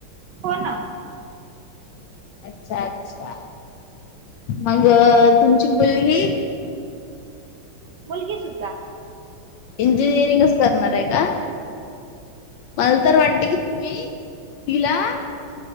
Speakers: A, on the right; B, on the left.
A: हो ना.
B: अच्छा अच्छा मग तुमची मुलगी
A: मुलगी सुद्धा.
B: इंजिनियरिंगच करणार आहे का मला तर वाटते की तुम्ही तिला